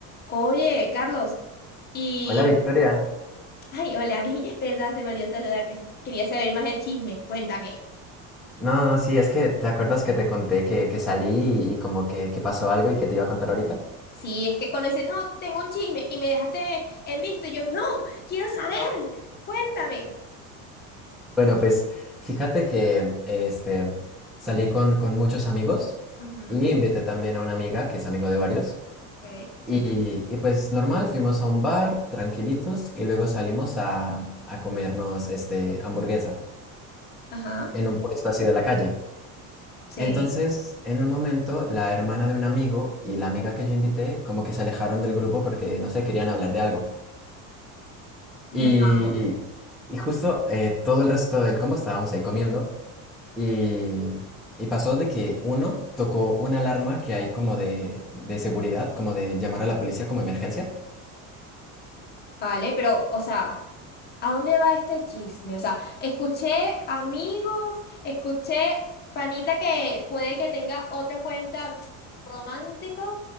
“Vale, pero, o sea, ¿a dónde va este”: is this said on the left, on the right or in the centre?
Left